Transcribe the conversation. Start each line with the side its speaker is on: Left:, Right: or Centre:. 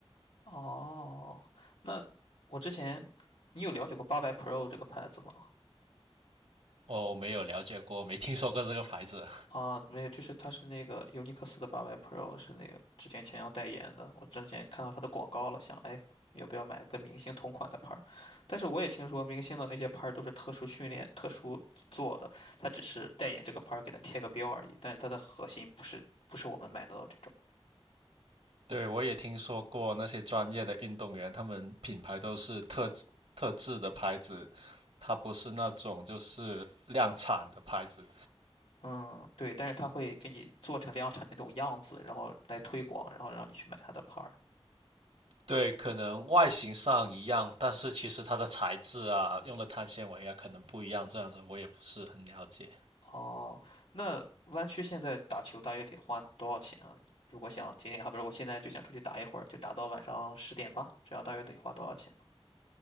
Left: 哦，那我之前你有了解过八百 Pro 这个牌子吗？
Right: 哦，没有了解过，没听说过这个牌子。
Left: 啊，没有，就是它是那个尤尼克斯的八百 Pro，是那个之前前要代言的。我之前看到它的广告了，想哎，要不要买跟明星同款的牌儿？但是我也听说明星的那些牌儿都是特殊训练、特殊做的，它只是代言这个牌儿给它贴个标而已，但是它的核心不是不是我们买得到这种。
Right: 对，我也听说过那些专业的运动员，他们品牌都是特制特制的牌子，它不是那种就是量产的牌子。
Left: 嗯，对，但是他会给你做成量产的那种样子，然后来推广，然后让你去买他的牌儿。
Right: 对，可能外形上一样，但是其实它的材质啊，用的碳纤维啊，可能不一样。这样子我也不是很了解。
Left: 哦，那弯曲现在打球大约得花多少钱啊？如果想今天，好比如我现在就想出去打一会儿，就打到晚上十点吧，这样大约得花多少钱呢？